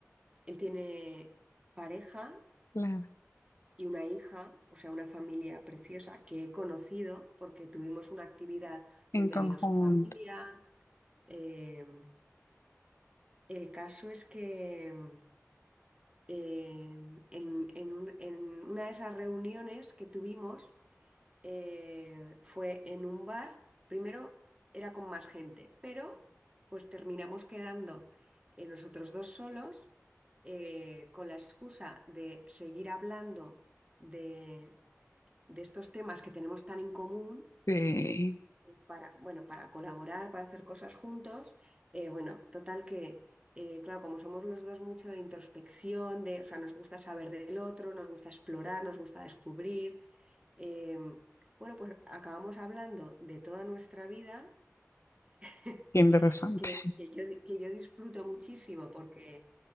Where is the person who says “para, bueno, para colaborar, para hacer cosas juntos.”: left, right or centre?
Right